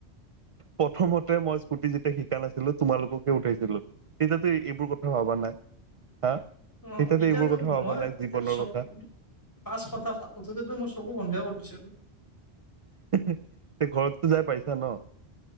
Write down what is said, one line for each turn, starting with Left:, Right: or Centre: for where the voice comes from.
Right: প্ৰথমতে মই স্কুটি যেতিয়া শিকা নাছিলো তোমালোককে উঠাইছিলো তেয়াতো এইবোৰ কথা ভবা নাই হা
Left: অ
Right: তেতিয়াতো
Left: এতিয়া
Right: এইবোৰ
Left: তো
Right: কথা ভবা
Left: মই
Right: নাই জীৱনৰ
Left: ত চ।
Right: কথা
Left: পাঁচ কথা উঠোতেতো মই চকু বন্ধই কৰি দিছিলো।
Right: <inaudible> তে ঘৰততো যাই পাইছা ন?